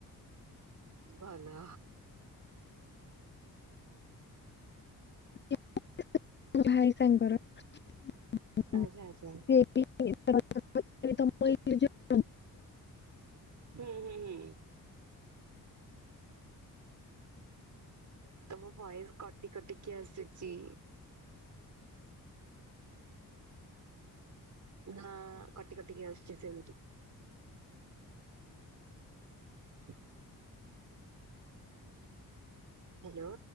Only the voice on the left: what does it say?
<unintelligible> ମୋଭାଇ ସାଙ୍ଗର <unintelligible>
ସିଏ <unintelligible> <unintelligible>